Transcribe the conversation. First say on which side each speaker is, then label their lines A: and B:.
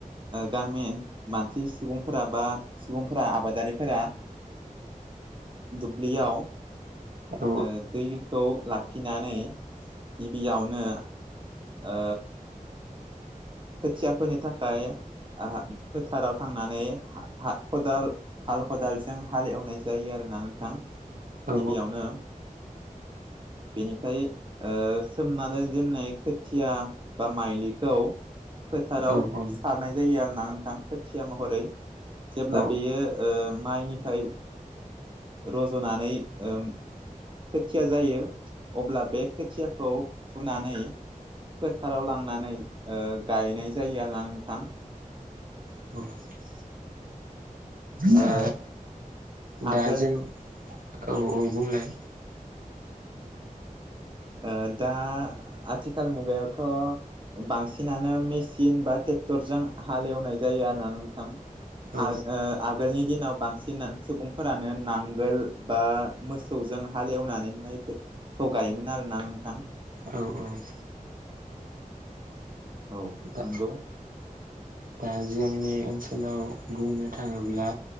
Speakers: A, on the right (about 35°); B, on the right (about 80°).
A: गामि मानसि सुबुंफोरा बा सुबुंफोरा आबादारिफोरा दुब्लियाव
B: औ
A: ओ दैखौ लाखिनानै गिबियावनो ओ खोथिया फोनो थाखाय फोथाराव थांनानै हाल खदाल हाल खदालजों हाल एवनाय जायो आरोना नोंथां
B: औ
A: गिबियावनो। बेनिफ्राय ओ सोमनानै दोननाय खोथिया बा माइलि खौ फोथाराव
B: औ
A: सारनाय जायो आरोना नोंथां खोथिया महरै जेब्ला
B: औ
A: बेयो ओ माइनिफ्राय रज'नानै ओ खोथिया जायो अब्ला बे खोथियाखौ फुनानै फोथाराव लांनानै गायनाय जायो आरोना नोंथां
B: <inaudible> दा
A: ओ
B: दा
A: आगोल
B: जों औ औ बुंलाय
A: ओ दा आथिखाल मुगायावथ' बांसिनानो मेसिन बा ट्रेक्टरजों हालेवनाय जायो आरो ना नोंथां।
B: औ
A: आ ओ आगोलनि दिनाव बांसिन सुबुंफोरानो नांगोल बा मोसौजों हालेवनानै माइफोरखौ गायोमोन आरोना नोंथां
B: औ औ
A: औ
B: दा
A: नंगौ
B: दा जोंनि ओनसोलाव बुंनो थाङोब्ला